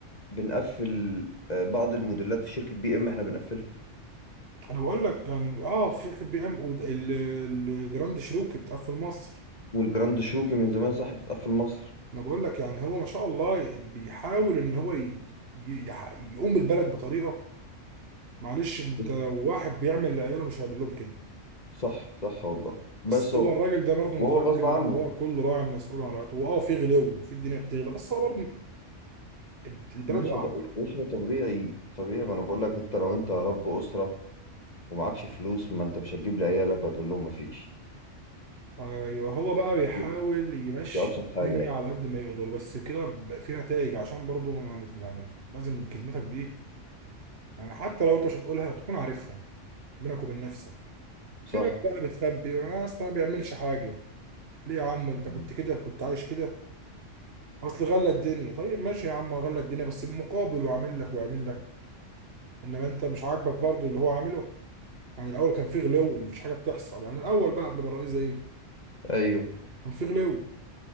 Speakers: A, on the left (about 35°); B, on the right (about 55°).
A: بنقفل آه، بعض الموديلات في شركة بي ام احنا بنقفلها
B: انا بقول لك يعني اه في شركه بي ام الجراند شيروكي بتقفل مصر
A: والجراند شروكي من زمان صح بتتقفل مصر
B: انا بقول لك يعني هو ما شاء الله بيحاول ان هو ي- ي- يح- يقوم بالبلد بطريقه معلش انت
A: بس-
B: لو واحد بيعمل لعياله مش هيعمل لهم كده
A: صح صح والله بس
B: بس هو
A: هو
B: الراجل ده برضه
A: وهو
B: متيقن
A: غصب عنه
B: ان هو كل راعي مسؤول عن رعيته هو اه في غلو في الدنيا بتغلى بس هو برضه البلد
A: مش
B: واقعه
A: هط... مش طبيعي طبيعي ما انا بقول لك انت لو انت رب اسره ومعكش فلوس ما انت مش هتجيب لعيالك وهتقول لهم مفيش
B: ايوه هو بقى بيحاول
A: دي,
B: يمشي
A: دي ابسط حاجه
B: الدنيا
A: يعني
B: على قد ما يقدر بس كده بقى في نتائج عشان برضو يعني لازم كلمتك دي يعني حتى لو انت مش هتقولها تكون عارفها بينك وبين نفسك
A: صح
B: في ناس بقى بتخبي انا اصلا ما بيعملش حاجه ليه يا عم انت
A: مم.
B: كنت كده كنت عايش كده اصل غلى الدنيا طيب ماشي يا عم غلى الدنيا بس بمقابل وعامل لك وعامل لك انما انت مش عاجبك برضو اللي هو عامله يعني الاول كان في غلو ومفيش حاجه بتحصل يعني الاول بقى قبل ما الرئيس ده يجي
A: ايوه
B: كان في غلو